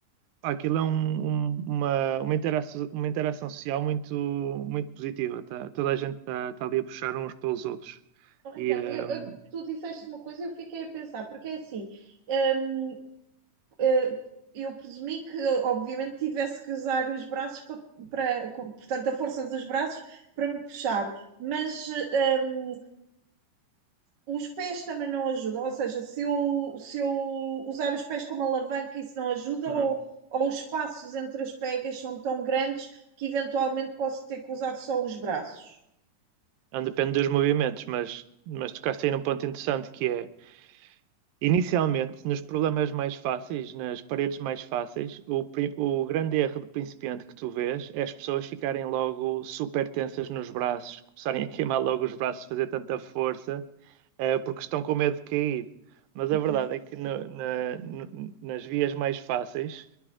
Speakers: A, on the right; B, on the right.
A: pá, aquilo é um- um- uma, uma, interação, uma interação social muito, muito positiva. tá? Toda a gente está tá ali a puxar uns pelos outros.
B: Oh, Ricardo,
A: E, hum,
B: eu- eu- tu disseste uma coisa e eu fiquei a pensar, porque é assim, hum, eh, eu presumi que obviamente tivesse que usar os braços pa- para, com- portanto, a força dos braços para me puxar, mas eh, hum, os pés também não ajudam, ou seja, se eu, se eu usar os pés como alavanca isso não ajuda,
A: uhum.
B: ou, ou os espaços entre as pegas são tão grandes que eventualmente posso ter que usar só os braços.
A: Não depende dos movimentos, mas, mas tocaste aí num ponto interessante que é, inicialmente, nos problemas mais fáceis, nas paredes mais fáceis, o, pri- o grande erro do principiante que tu vês é as pessoas ficarem logo super tensas nos braços, começarem a queimar logo os braços, fazer tanta força, eh, porque estão com medo de cair. Mas
B: Ok.
A: a verdade é que no- na- no- nas vias mais fáceis